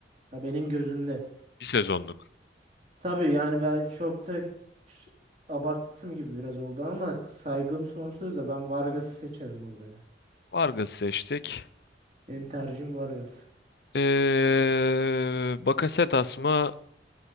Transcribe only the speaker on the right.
Ha, benim gözümde.
Tabii yani ben çok da ş- abarttım gibi biraz oldu ama saygım sonsuz da ben Vargas'ı seçerim burada ya.
Benim tercihim Vargas.